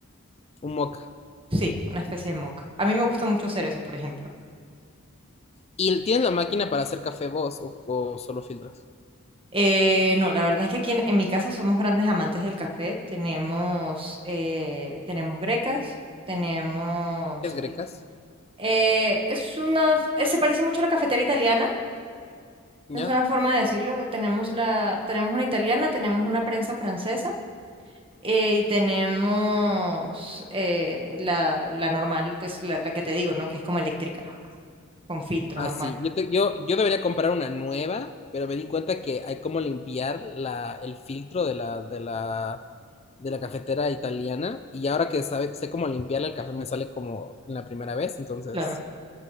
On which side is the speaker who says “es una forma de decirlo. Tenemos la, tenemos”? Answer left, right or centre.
Right